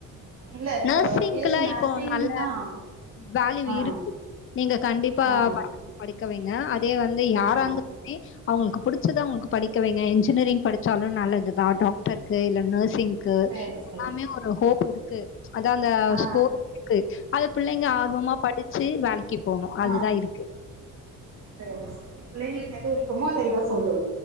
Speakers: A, on the right (about 50°); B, on the left (about 40°).
A: இல்ல இப்ப
B: நர்சிங்ல
A: பி எஸ் சி நர்சிங்னா
B: இப்போ நல்ல வேல்யூ
A: ஆ
B: இருக்கு நீங்க கண்டிப்பா
A: ஆ
B: படி கவைங்க அது அதே வந்து யாராஇருந்தாலுமே
A: ஆ
B: அவங்களுக்கு புடிச்சத அவங்களுக்கு படிக்கவைங்க என்ஜினிரிங் படிச்சாலும் நல்லதுதான் டாக்டர் க்கு இல்ல நர்சிங்கு
A: சேரி சேரி
B: எல்லாமே ஒரு ஹோப் இருக்கு க்கு அதான் அந்த
A: ஆ
B: ஸ்கோர் இருக்கு அது பிள்ளைங்க ஆர்வமா படிச்சு வேலைக்கு போணு அதுதா
A: ஆஹ்
B: இருக்கு
A: செரிசெரி பிள்ளைங்களுக்கு எது விருப்பமோ அத விட சொல்லு